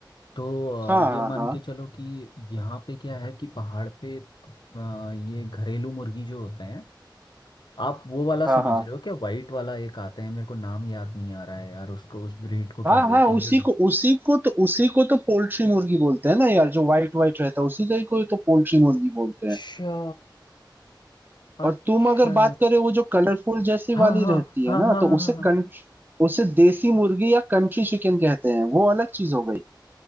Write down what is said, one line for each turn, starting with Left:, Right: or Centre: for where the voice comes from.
Left: तो
Right: हाँ
Left: अ, ये मान
Right: हाँ
Left: के चलो कि यहाँ पे क्या है कि पहाड़ पे अ, ये घरेलू मुर्गी जो होते हैं आप वो वाला
Right: हाँ
Left: समझ
Right: हाँ
Left: रहे हो क्या वाइट वाला एक आते हैं मेरे को नाम याद नहीं आ रहा है यार उसको उस ब्रीड को क्या
Right: हाँ हाँ
Left: बोलते
Right: हाँ
Left: हैं
Right: उसी
Left: जो
Right: को उसी को तो उसी को तो पोल्ट्री मुर्गी बोलते हैं ना यार जो व्हाइट व्हाइट रहता है उसी का ही को तो पोल्ट्री मुर्गी बोलते
Left: अच्छा
Right: हैं
Left: अच्छा
Right: और तुम अगर बात करे वो जो कलरफुल जैसी
Left: हाँ
Right: वाली
Left: हाँ
Right: रहती
Left: हाँ
Right: है ना
Left: हाँ
Right: तो
Left: हाँ
Right: उसे
Left: हाँ हाँ।
Right: कंट्री उसे देसी मुर्गी या कंट्री चिकन कहते हैं वो अलग चीज हो गई